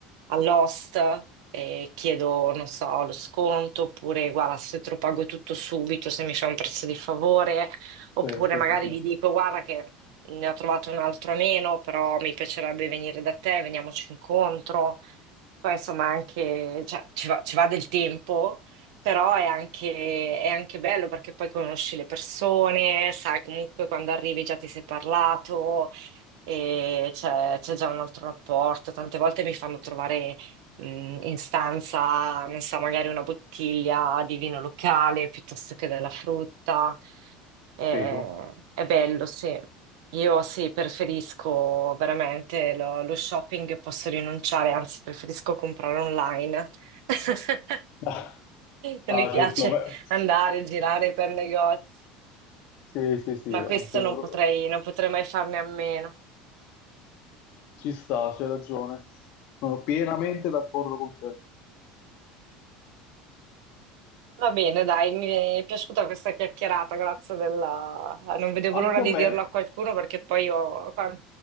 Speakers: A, on the right (about 80°); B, on the left (about 55°).
A: all'host e chiedo, non so, lo sconto, oppure guarda, se te lo pago tutto subito, se mi fa un prezzo di favore, oppure
B: sì, sì,
A: magari
B: sì, sì.
A: gli dico, guarda che ne ho trovato un altro a meno, però mi piacerebbe venire da te, veniamoci incontro. Poi insomma anche, cioè, ci va, ci va del tempo, però è anche, è anche bello perché poi conosci le persone, sai comunque quando arrivi già ti sei parlato e c'è c'è già un altro rapporto. Tante volte mi fanno trovare mh, in stanza, non so, magari una bottiglia di vino locale piuttosto che della frutta. È,
B: Figo.
A: è bello, sì. Io sì, preferisco veramente lo, lo shopping, posso rinunciare, anzi preferisco comprare online. <laughs>
B: Ah,
A: Non
B: ah,
A: mi piace
B: sì, ultimamente.
A: andare, girare per negozi,
B: Sì, sì, sì,
A: ma
B: anche
A: questo
B: io-
A: non potrei, non potrei mai farne a meno.
B: ci sta, c'è ragione. Sono pienamente d'accordo con te.
A: Va bene, dai, mi è piaciuta questa chiacchierata, grazie della... Non vedevo
B: Anche
A: l'ora di
B: a me.
A: dirlo a qualcuno perché poi io qua-